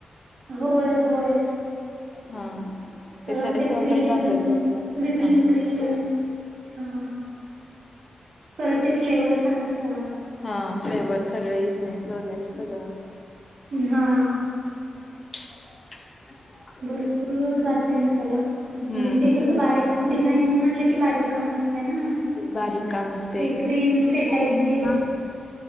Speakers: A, on the right; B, on the left.
A: होय, होय.
B: हा..
A: सगळं ते
B: सॉर्टच
A: क्रीम,
B: असेल त्यात
A: विपिंग
B: हा
A: क्रीम. हा... परत ते फ्लेवर पण असतात.
B: हा फ्लेवर सगळे इसेन्स वगैरे सगळं
A: हा...
B: <unintelligible>
A: भरपूर जाते मग त्याला आणि
B: हम्म
A: ते कसं बारीक डिझाईन म्हटलं की बारीक काम असत. ना
B: बारीक काम असते
A: ते क्रीम फेटायची
B: हा.